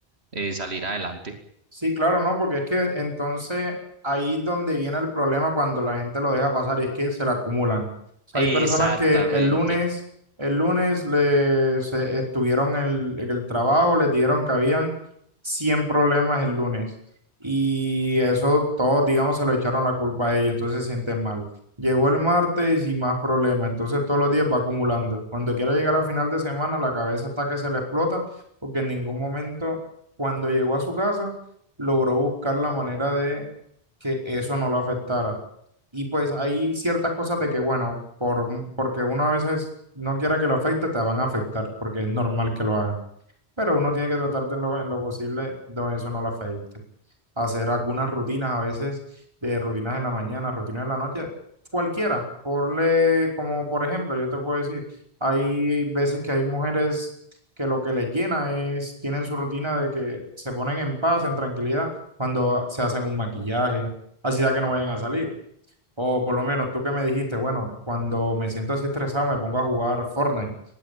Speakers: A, on the right; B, on the right.
A: eh, salir adelante.
B: Sí, claro, no, porque es que entonces ahí es donde viene el problema cuando la gente lo deja pasar y es que se la acumulan. O sea,
A: Exactamente.
B: hay personas que el lunes, el lunes les, se- estuvieron en el, en el trabajo, les dijeron que habían 100 problemas el lunes y eso todos, digamos, se lo echaron la culpa a ellos, entonces se sienten mal. Llegó el martes y más problemas, entonces todos los días va acumulando. Cuando quiera llegar a final de semana, la cabeza está que se le explota porque en ningún momento, cuando llegó a su casa, logró buscar la manera de que eso no lo afectara. Y pues hay ciertas cosas de que, bueno, por, porque uno a veces no quiera que lo afecte, te van a afectar, porque es normal que lo hagan. Pero uno tiene que tratar de en lo, en lo posible de eso no lo afecte hacer algunas rutinas, a veces de rutinas en la mañana, rutinas en la noche, cualquiera. Ponle, como por ejemplo, yo te puedo decir, hay veces que hay mujeres que lo que les llena es, tienen su rutina de que se ponen en paz, en tranquilidad, cuando se hacen un maquillaje, así sea que no vayan a salir. O por lo menos tú que me dijiste, bueno, cuando me siento así estresado me pongo a jugar Fortnite,